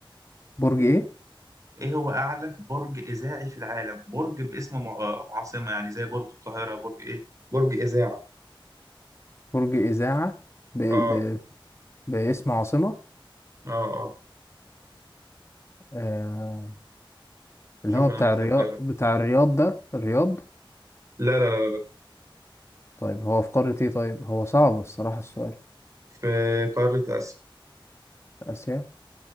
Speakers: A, on the left; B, on the right.
A: برج ايه
B: إيه هو أعلى برج إذاعي في العالم برج باسم مع- عاصمة يعني زي برج القاهرة برج إيه برج إذاعة
A: برج اذاعه ب... ب...
B: آه
A: باسم عاصمه
B: آه آه
A: آه... اللي
B: شوف
A: هو
B: أنا
A: بتاع
B: بسهلها
A: الرياض
B: لك
A: بتاع
B: أهو.
A: الرياض ده الرياض
B: لا لا لا لا لا.
A: طيب هو في قاره ايه طيب هو صعب الصراحه السؤال
B: في قارة آسيا
A: اسيا